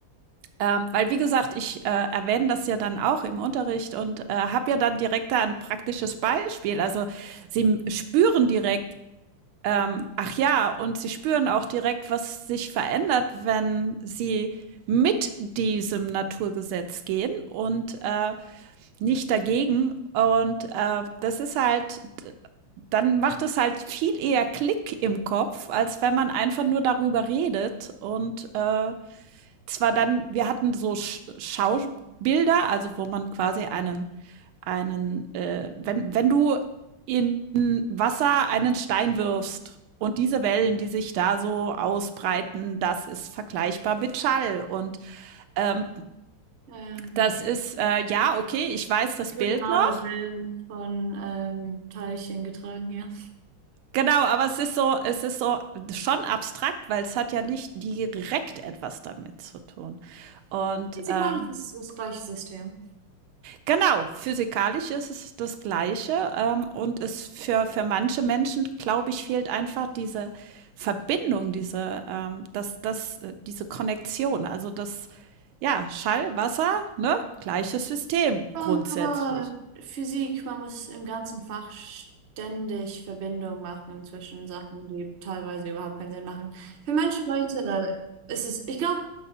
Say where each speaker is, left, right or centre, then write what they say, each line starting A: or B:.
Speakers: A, on the right; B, on the right.
A: Ähm, weil, wie gesagt, ich äh, erwähne das ja dann auch im Unterricht und äh, habe ja dann direkt da ein praktisches Beispiel. Also sie spüren direkt, ähm, ach ja, und sie spüren auch direkt, was sich verändert, wenn sie mit diesem Naturgesetz gehen und äh, nicht dagegen. Und äh, das ist halt, dann macht es halt viel eher Klick im Kopf, als wenn man einfach nur darüber redet und äh, zwar dann, wir hatten so Sch Schaubilder, also wo man quasi einen, einen, äh, wenn, wenn du in Wasser einen Stein wirfst und diese Wellen, die sich da so ausbreiten, das ist vergleichbar mit Schall. Und ähm,
B: Ähm,
A: das ist, äh, ja, okay, ich weiß
B: Longitudinale
A: das Bild noch.
B: Wellen von ähm, Teilchen getragen, ja.
A: Genau, aber es ist so, es ist so schon abstrakt, weil es hat ja nicht direkt etwas damit zu tun. Und
B: Physikalisch
A: ähm,
B: ist es das gleiche System.
A: Genau, physikalisch ist es das Gleiche, ähm, und es für für manche Menschen, glaube ich, fehlt einfach diese Verbindung, diese ähm, das das äh, diese Konnektion. Also, das ja, Schall, Wasser, ne, gleiches System
B: Ja,
A: grundsätzlich.
B: aber Physik, man muss im ganzen Fach ständig Verbindungen machen zwischen Sachen, die teilweise überhaupt keinen Sinn machen. Für manche Leute ist es, ich glaube,